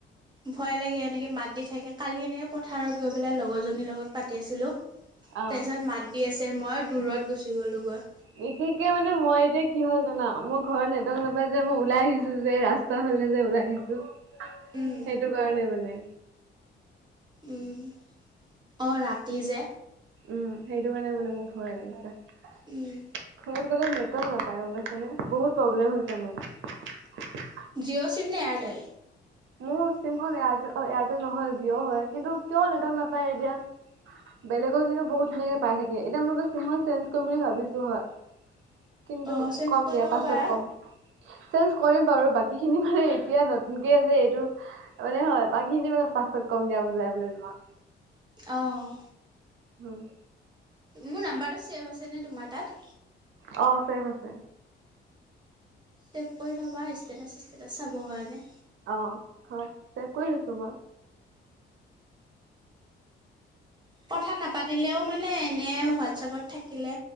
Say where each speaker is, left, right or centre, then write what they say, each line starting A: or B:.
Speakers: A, on the right; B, on the right.
A: ভয় লাগ এনেকে মাত দি থাকে কালি এনেই পথাৰত গৈ পেলাই লগৰ জনীৰ লগত পাতি আছিলো। তাৰপিছত
B: অ
A: মাত দি আছে মই দূৰত গুচি গলো গৈ।
B: বিশেষকে মানে মই এতিয়া কি হল জানা মোৰ ঘৰত নেটৱৰ্ক নাপাই যে মই ওলাই আহিছো যে ৰাস্তা ফালে যে ওলাই আহিছো-
A: উম
B: সেইটো কাৰণে মানে
A: উম অ ৰাতি যে
B: উম সেইটো কাৰণে মানে মোৰ ভয় লাগিছে
A: উম
B: ঘৰত গলে নেটৱৰ্ক নাপাওঁ এইফালে গম পাইছানে বহুত প্ৰব্লেম হৈছে মোৰ।
A: জিঅ' চিম নে এয়াৰটেল?
B: মোৰ চিমখন এয়াৰ এয়াৰটেল নহয় জিঅ হয় কিন্তু কিয় নেটৱৰ্ক নাপায় এতিয়া বেলেগৰ কিন্তু বহুত ধুনীয়াকে পাই থাকে এতিয়া মই যে চিনখন চেঞ্জ কৰিম বুলি ভাবিছো হয়। কিন্তু
A: অঁ চেঞ্জ
B: কম
A: কৰি
B: দিয়া
A: ল'ব
B: পাছত
A: পাৰা
B: কম। চেঞ্জ কৰিম বাৰু বাকী খিনি মানে এতিয়া নতুনকে যে মানে হয় বাকীখিনি মানে পাছত কম দিয়া বুজাই বোলে তোমাক।
A: অহ
B: হুম।
A: মোৰ নাম্বাৰটো ছেভ আছেনে তোমাৰ তাত
B: অ ছেফ আছে
A: চেভ কৰি থবা ষ্টেটাছ চিষ্টেটাচ চাবৰ কাৰণে
B: অ হয় চেভ কৰি থৈছোঁ বাৱ
A: কথা নাপাতিলেও মানে এনে হোৱাটছাপত থাকিলে